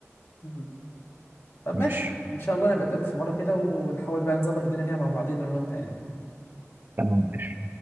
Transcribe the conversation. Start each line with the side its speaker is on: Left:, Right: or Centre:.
Left: مهم. طب
Right: ماشي
Left: ماشي ان شاء الله نبقى نتقابل في مرة كده ونحاول بقى نظبط الدنيا كده مع بعضينا انا وانت يعني
Right: تمام ماشي